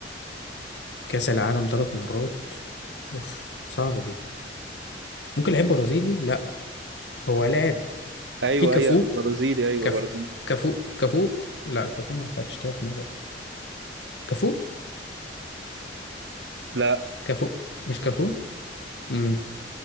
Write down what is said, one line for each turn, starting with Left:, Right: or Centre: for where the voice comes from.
Left: كاس العالم ثلاث مرات اوف صعبه دي ممكن لعيب برازيلي لا هو لاعب
Right: ايوه
Left: في كافو
Right: هي برازيلي ايوه
Left: كافو
Right: برازيلي
Left: كافو كافو لا كافو ما خدش ثلاث مرات كافو
Right: لا
Left: كافو مش كافو امم